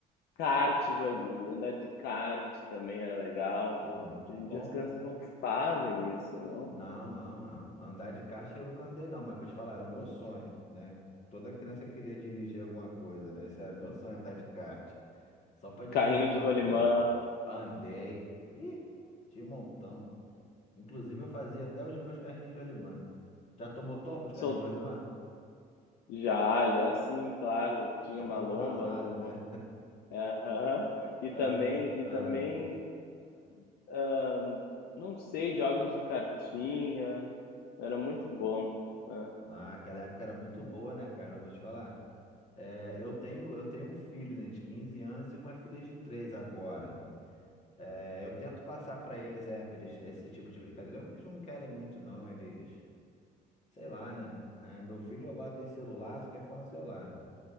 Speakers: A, on the left (about 70°); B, on the left (about 45°).
A: kart, jo- andar de kart também era legal.
B: Pô, muito
A: Hoje em
B: bom.
A: dia as crianças não fazem isso, não.
B: Não, não, não. Andar de kart eu nunca andei, não, mas vou te falar, era meu sonho, né? Toda criança queria dirigir alguma coisa, né? Esse era meu sonho, andar de kart. Só pra dirigir
A: Carrinho
B: alguma
A: de rolimã,
B: coisa. Andei. Ih, de montão. Inclusive, eu fazia até os meus carrinhos de rolimã. Já tomou tombo de
A: sol...
B: carrinho de rolimã?
A: já, já sim, claro. Tinha
B: Fica
A: uma
B: todo
A: lomba
B: ralado,
A: onde eu... mo-
B: né?
A: Aham. E
B: Ah,
A: também, e
B: ah.
A: também Ah, não sei, jogos de cartinha, era muito bom, né?
B: Naquela época era muito boa, né, cara? Eu vou te falar. É, eu tenho, eu tenho um filho, né, de 15 anos e uma filha de 3 agora. É, eu tento passar pra eles, é, pra eles esse tipo de brincadeira, mas eles não querem muito, não. Eles, sei lá, né? Ah, meu filho agora tem celular, só quer ficar no celular.